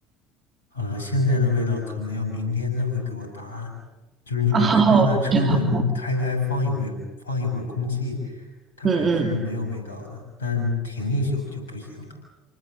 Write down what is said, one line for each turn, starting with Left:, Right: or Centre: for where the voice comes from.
Left: 嗯、现在的味道可能要明天再会给我答案。
Right: 哦，
Left: 把车的车门开开，
Right: 知道，
Left: 放一会，放一会儿空气，它还是没有味道的，
Right: 嗯嗯，
Left: 但停一宿就不行了。